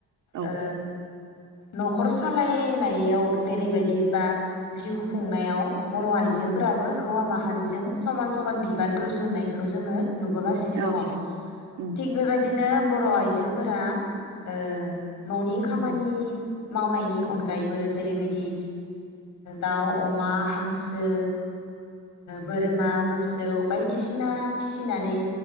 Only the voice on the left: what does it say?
ओ न'खर सालायनायाव जेरैबायदि बा जिउ खुंनायाव बर' आइजोफोराबो
हौवा माहा माहारिजों समान समान बि बिबान रुजुनायखौ जोङो नुबोगासिनो दङ
थिग बेबायदिनो बर' आइजोफोरा ओ न'नि खामानि
मावनायनि अनगायैबो जेरैबायदि दाउ अमा हांसो बोरमा मोसौ बायदिसिना फिसिनानै